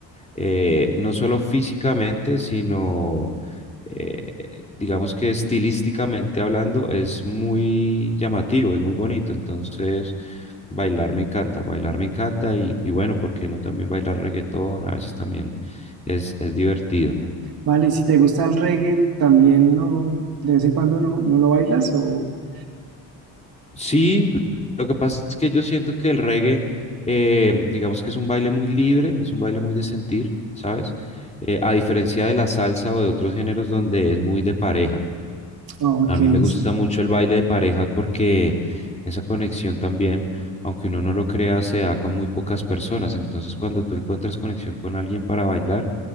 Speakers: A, on the left; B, on the right.
A: eh, no solo físicamente, sino eh, digamos que estilísticamente hablando es muy llamativo, es muy bonito. Entonces, bailar me encanta, bailar me encanta y, y bueno, ¿por qué no también bailar reggaetón? A veces también es, es divertido.
B: Vale, y si te gusta el reggae, ¿también no, de vez en cuando no, no lo bailas? O,
A: Sí, lo que pasa es que yo siento que el reggae, eh, digamos que es un baile muy libre, es un baile muy de sentir, ¿sabes? Eh, a diferencia de la salsa o de otros géneros donde es muy de pareja.
B: oh, ok,
A: A mí me gusta
B: sí,
A: mucho el baile de pareja porque esa conexión también, aunque uno no lo crea, se da con muy pocas personas. Entonces, cuando tú encuentras conexión con alguien para bailar,